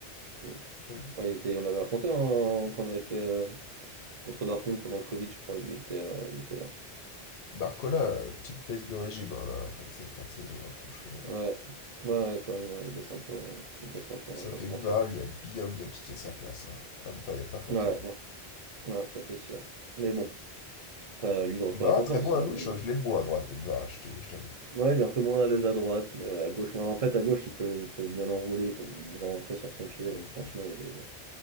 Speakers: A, on the right; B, on the left.
A: Hmm.
B: C'est dingue.
A: Ouais, il était, on l'avait affronté hein, quand on avait fait euh, contre Dortmund pendant le Covid, je crois. Il était, euh, il était là.
B: Barcola, euh, petite baisse de régime, hein, là, en fait, cette fin de saison, là, franchement.
A: Ouais, ouais, ouais, quand même. hein, il baisse un peu en- il baisse un peu,
B: C'est
A: on va pas
B: vrai que
A: se
B: Guevara
A: mentir.
B: lui a bien, bien piqué sa place. hein. En même temps, il n'y a pas photo.
A: Ouais, bon. Ouais, ça c'est sûr. Mais bon, après, à lui de retrouver
B: Guevara,
A: la confiance,
B: très bon
A: ça
B: à
A: reste
B: gauche,
A: quand même.
B: hein, je l'aime moins à droite, Guevara, je te- je t'avoue.
A: Ouais, il est un peu moins à l'aise à droite, mais ouais, à gauche. ouais, en fait, à gauche, il peut, il peut bien enrouler, il peut bien rentrer sur son pied,
B: Ouais,
A: donc
B: mais
A: franchement,
B: bon.
A: il y a des...